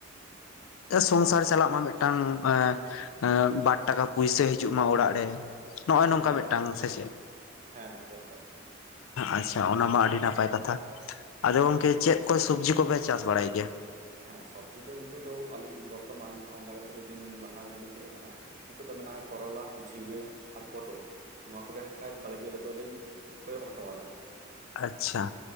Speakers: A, on the left (about 85°); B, on the right (about 40°).
A: ᱥᱚᱝᱥᱟᱨ ᱪᱟᱞᱟᱜ ᱢᱟ ᱢᱤᱫᱴᱟᱝ ᱮᱼᱼ ᱮ ᱵᱟᱨ ᱴᱟᱠᱟ ᱯᱩᱭᱥᱟᱹ ᱦᱤᱡᱩᱜ ᱢᱟ ᱚᱲᱟᱜ ᱨᱮᱼᱼ ᱱᱚᱜᱼᱚᱭ ᱱᱚᱝᱠᱟ
B: ᱦᱮᱸ
A: ᱢᱤᱫᱴᱟᱝ ᱥᱮᱪᱮᱫ᱾
B: ᱦᱮᱸ ᱜᱚᱝᱠᱮ ᱚᱱᱠᱟ ᱜᱮ
A: ᱟᱪᱪᱷᱟ ᱚᱱᱟ ᱢᱟ ᱟᱹᱰᱤ ᱱᱟᱯᱟᱭ ᱠᱟᱛᱷᱟ ᱟᱫᱚ ᱜᱚᱝᱠᱮ ᱪᱮᱫ ᱠᱚ ᱥᱚᱵᱡᱤᱼᱼ ᱠᱚᱯᱮ ᱪᱟᱥ ᱵᱟᱲᱟᱭ ᱜᱮᱭᱟ,
B: ᱦᱮᱸ ᱥᱚᱵᱽᱡᱤ ᱫᱚ ᱱᱤᱛᱚᱜ ᱫᱚ ᱟᱹᱞᱤᱧ ᱵᱚᱨᱛᱚᱢᱟᱱ ᱢᱚᱬᱮ ᱛᱩᱨᱩᱭ ᱫᱤᱱ ᱞᱟᱦᱟ ᱜᱮᱞᱤᱧ ᱦᱮᱡ ᱟᱠᱟᱱᱟ᱾ ᱱᱤᱛᱚᱜ ᱫᱚ ᱢᱮᱱᱟᱜᱼᱟ ᱠᱚᱨᱚᱞᱟ ᱡᱷᱤᱸᱜᱟᱹ ᱟᱨ ᱯᱚᱴᱚᱞ ᱱᱚᱣᱟ ᱠᱚᱜᱮ ᱠᱷᱷᱟᱡ ᱵᱟᱲᱜᱮ ᱨᱮᱫᱚ ᱚᱞᱤᱧ ᱠᱚᱭ ᱦᱚᱴᱚ ᱟᱫᱟ,
A: ᱟᱪᱪᱷᱟ᱾